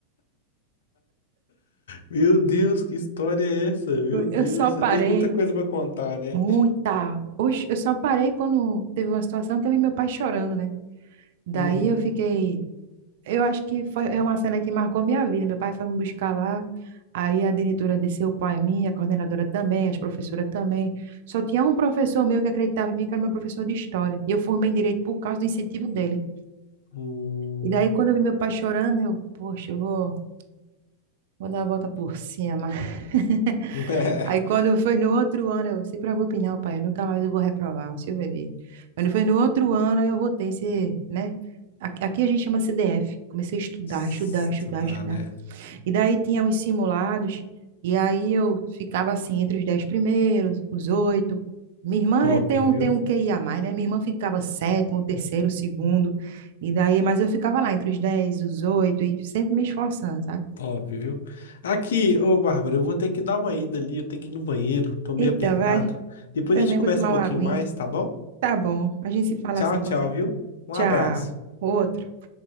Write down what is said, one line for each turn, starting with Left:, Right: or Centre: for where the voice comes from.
Left: Meu Deus, que história é essa? Meu
Right: Eu
Left: Deus,
Right: eu só parei,
Left: você tem muita coisa pra contar, né?
Right: muita. Oxe, eu só parei quando teve uma situação que eu vi meu pai chorando, né?
Left: <laughs>
Right: Daí
Left: Uhum.
Right: eu fiquei, Eu acho que foi é uma cena que marcou minha vida. Meu pai foi me buscar lá, aí a diretora desceu o pai em mim, a coordenadora também, as professoras também. Só tinha um professor meu que acreditava em mim, que era meu professor de história. E eu formei em direito por causa do incentivo dele.
Left: Hum.
Right: E daí, quando eu vi meu pai chorando, eu, poxa, eu vou, vou dar a volta por cima. <laughs>
Left: <laughs>
Right: Aí, quando foi no outro ano, eu, se preocupe não, pai, eu nunca mais eu vou reprovar, o senhor vai ver. Quando foi no outro ano, aí eu voltei, ser, né? Aqui aqui a gente chama CDF. Comecei a estudar,
Left: Estudar,
Right: estudar, estudar, estudar.
Left: né?
Right: E daí tinha os simulados, e aí eu ficava assim entre os 10 primeiros, os oito. Minha irmã
Left: Top,
Right: é- tem um,
Left: viu?
Right: tem um QI a mais, né? Minha irmã ficava sétimo, terceiro, segundo, e daí, mas eu ficava lá entre os 10 os oito, e sempre me esforçando, sabe?
Left: Top, viu? Aqui, ô Bárbara, eu vou ter que dar uma ida ali, eu tenho que ir no banheiro, tô meio
Right: Eita,
Left: apertado.
Right: vai,
Left: Depois
Right: também
Left: a gente conversa
Right: vou tomar
Left: um pouquinho
Right: uma aguinha.
Left: mais, tá bom?
Right: Tá bom, a gente se fala
Left: Tchau,
Right: assim
Left: tchau,
Right: com certeza.
Left: viu? Um
Right: Tchau,
Left: abraço.
Right: outro.